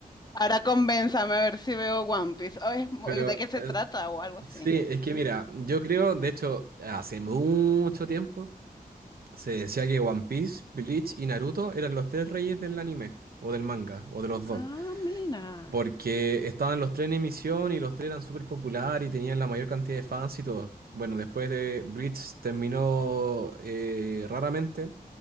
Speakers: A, on the left (about 25°); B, on the right (about 75°).
A: Ahora convénzame a ver si veo One Piece. Oh, es
B: <laughs>
A: mu-
B: Pero
A: ¿de qué se
B: eh,
A: trata? O algo así.
B: Sí, es que mira, yo creo, de hecho, hace mucho tiempo se decía que One Piece, Bleach y Naruto eran los tres reyes del anime, o del manga, o de los
A: Ah,
B: dos,
A: mira.
B: porque estaban los tres en emisión y los tres eran súper populares y tenían la mayor cantidad de fans y todo. Bueno, después de Bleach terminó eh, raramente,